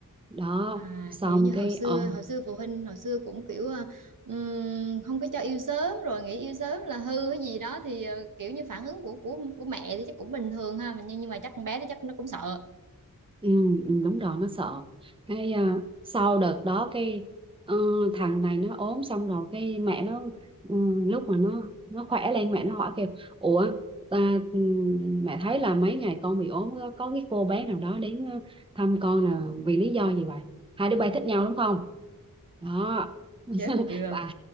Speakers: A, on the right; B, on the right.
A: đó
B: À,
A: xong
B: kiểu như hồi
A: cái
B: xưa
A: ờ
B: hồi xưa phụ huynh hồi xưa cũng kiểu ờ, ừm, không có cho yêu sớm rồi nghĩ yêu sớm là hư cái gì đó thì ờ, kiểu như phản ứng của của của mẹ thì chắc cũng bình thường ha nhưng nhưng mà chắc con bé đó chắc nó cũng sợ
A: Ừ, ừ, đúng rồi nó sợ cái à, sau đợt đó cái ờ, thằng này nó ốm xong rồi cái mẹ nó ừ, lúc mà nó nó khỏe lên mẹ nó hỏi kêu ủa ta, ừ, mẹ thấy là mấy ngày con bị ốm có, có cái cô bé nào đó đến ờ, thăm con là vì lý do gì vậy hai đứa bay thích nhau đúng không đó <laughs>
B: chết mà chưa
A: bà